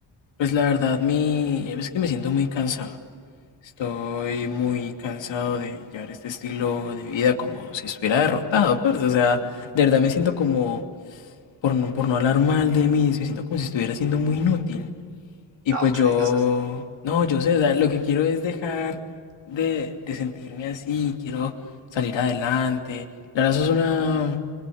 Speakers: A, on the left (about 75°); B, on the right (about 65°).
A: pues la verdad, mi, es que me siento muy cansado. Estoy muy cansado de llevar este estilo de vida como si estuviera derrotado, parce. O sea, de verdad me siento como, por no, por no hablar mal de mí, me siento como si estuviera siendo muy inútil. Y
B: No,
A: pues
B: te
A: yo,
B: digas así.
A: no, yo sé, o sea, lo que quiero es dejar de, de sentirme así, quiero salir adelante. La verdad, eso es una,